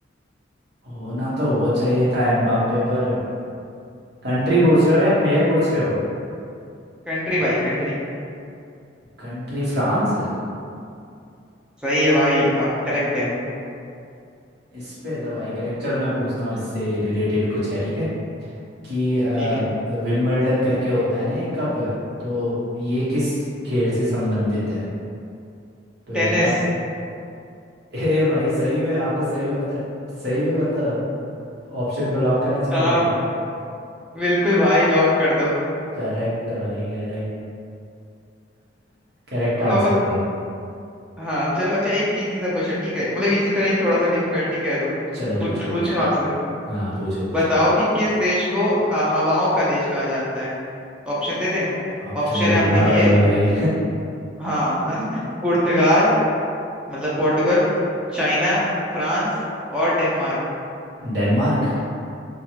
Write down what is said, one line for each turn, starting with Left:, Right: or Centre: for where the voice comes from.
Right: होना तो वो चाहिए था एम्बाप्पे पर कंट्री पूछ रहे हो या प्लेयर पूछ रहे हो
Centre: कंट्री भाई कंट्री
Right: Country France
Centre: सही है भाई आप करेक्ट हैं
Right: इस पे तो भाई करेक्ट चलो मैं पूछता हूँ इससे रिलेटेड कुछ है ठीक है कि अ,
Centre: ठीक है
Right: विंबलडन करके होता है ना एक कप तो ये किस खेल से संबंधित है तो
Centre: टेनिस
Right: ये बता ए भाई सही में आपको सही में बता सही में मतलब ऑप्शन को लॉक करना चाहोगे
Centre: हाँ
Right: आप
Centre: बिल्कुल भाई लॉक कर दो
Right: करेक्ट भाई करेक्ट करेक्ट
Centre: थोड़ा
Right: आंसर
Centre: बहुत
Right: <laughs> भाई
Centre: हाँ चलो अच्छा एक इजी सा क्वेश्चन ठीक है मतलब इजी तो नहीं थोड़ा सा डिफिकल्टी कह दो
Right: चलो
Centre: पूछ-
Right: पूछो पूछो
Centre: पूछूं आपसे
Right: हाँ पूछो पूछो
Centre: बताओ कि किस देश को अ, हवाओं का देश कहा जाता है ऑप्शन दे दें
Right: ऑप्शन
Centre: ऑप्शन
Right: तो
Centre: है
Right: देना
Centre: आपके लिए
Right: पड़ेगा भाई
Centre: हाँ <laughs> पुर्तगाल मतलब पोर्टुगल चाइना फ्रांस और डेनमार्क
Right: <laughs> डेनमार्क